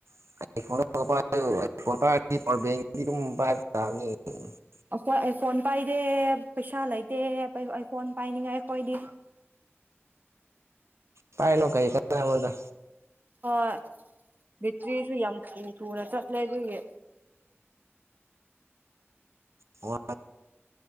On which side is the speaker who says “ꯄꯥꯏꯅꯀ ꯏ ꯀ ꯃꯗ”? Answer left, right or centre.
Right